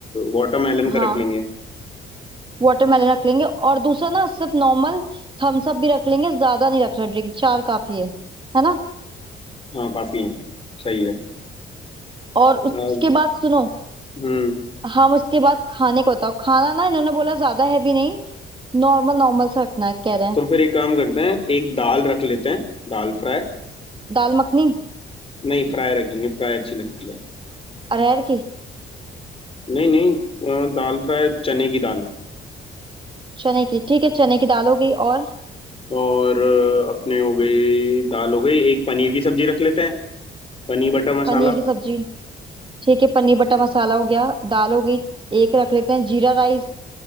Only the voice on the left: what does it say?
वाटरमेलन का
रख लेंगे
हाँ काफी है सही है
अब
हम्म
तो फिर एक काम करते हैं एक दाल रख लेते हैं दाल फ्राई
नहीं फ्राई रखेंगे फ्राई अच्छी लगती है
नहीं नहीं अ, दाल फ्राई चने की दाल
और अ, अपने हो गई दाल हो गई एक पनीर की सब्जी रख लेते हैं पनीर बटर मसाला